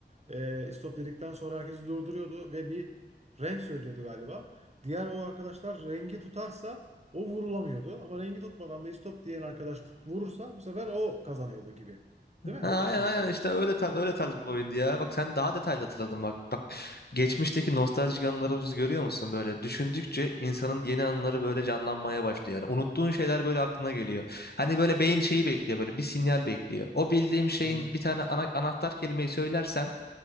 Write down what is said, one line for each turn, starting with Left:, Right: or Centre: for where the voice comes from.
Right: e, stop dedikten sonra herkesi durduruyordu ve bir renk söylüyordu galiba. Diğer o arkadaşlar rengi tutarsa o vurulamıyordu. Ama rengi tutmadan da istop diyen arkadaş tut, vurursa bu sefer o kazanıyordu gibi. Değil mi?
Left: Ha,
Right: Öyle
Left: aynen
Right: bir şeydi
Left: aynen
Right: galiba.
Left: işte öyle tarz, öyle tarz bir oyundu ya. Bak sen daha detaylı hatırladın bak. Bak geçmişteki nostaljik anılarımızı görüyor musun böyle? Düşündükçe insanın yeni anıları böyle canlanmaya başlıyor. Yani unuttuğun şeyler böyle aklına geliyor. Hani böyle beyin şeyi bekliyor böyle bir sinyal bekliyor. O bildiğim şeyin
Right: Aynen.
Left: bir tane ana- anahtar kelimeyi söylersen